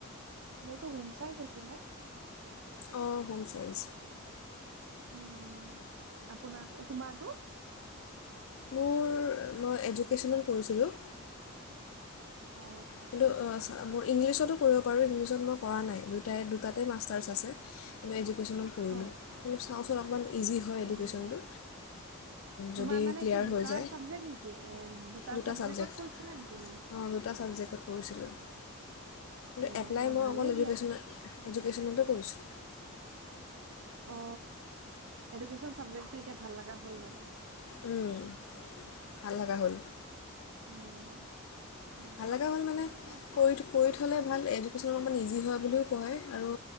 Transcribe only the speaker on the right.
মোৰটো হোম চাইন্স আছিলে
উম, উম, আপোনাৰ তোমাৰটো?
অ
অ
অ
তোমাৰ
মানে
কি দুটা
চাবজেক্ট নেকি এ
চাবজেক্টত
কৰিছিলা নেকি মানে
অ
অ
ভালেই
দিয়া
অ, অ, এডুকেচন চাবজেক্টটো এতিয়া ভাল লাগা হ'ল মানে?
উম। অ
ঠিকে আছে